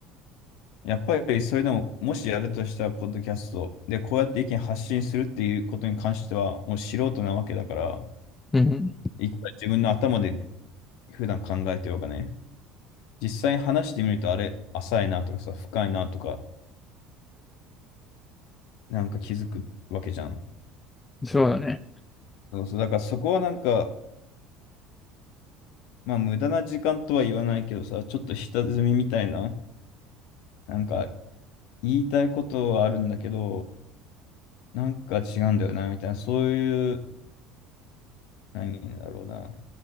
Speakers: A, on the left; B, on the left.
A: やっぱりそれでも、もしやるとしたら、ポッドキャストで、こうやって意見発信するっていうことに関しては、もう素人なわけだから、
B: うん。
A: いくら自分の頭で普段考えてようがね、実際に話してみると、あれ、浅いなとかさ、深いなとか、なんか気づくわけじゃん。
B: そうだね。
A: そうそう、だからそこはなんか、まあ無駄な時間とは言わないけどさ、ちょっと下積みみたいな、なんか言いたいことはあるんだけど、なんか違うんだよな、みたいな、そういう、何だろうな、